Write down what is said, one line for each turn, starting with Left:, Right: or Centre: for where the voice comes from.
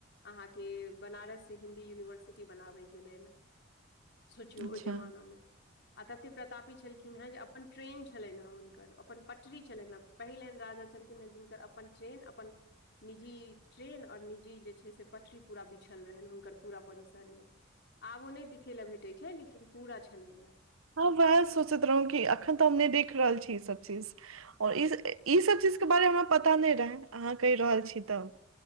Left: अहाँके। बनारस से हिन्दी यूनिवर्सिटी बनाबै के लैल सोचियो
Right: अच्छा
Left: ओहि जमाना मे। आ तते प्रतापी छलखिन हेँ, जे अपन ट्रेन छलइन हे हुनकर अपन पटरी छलइन हे। पहिल एन राजा छलखिन ह जिनकर अपन ट्रेन अपन निजी ट्रेन और निजी। से जे छय पटिड़ी पूरा बिछल रहेन हुनकर पूरा परिसरमे आबो ओ नै खेल ल भेटे छै लेकिन पूरा छलेया।
Right: हँ वएह सोचैत रहौ, कि अखन तऽ हम नहि देख रहल छी, ई सब चीज। आओर ई ईसभ चीजके बारेमे हमरा पता नहि रहय अहाँ कहि रहल छी तब।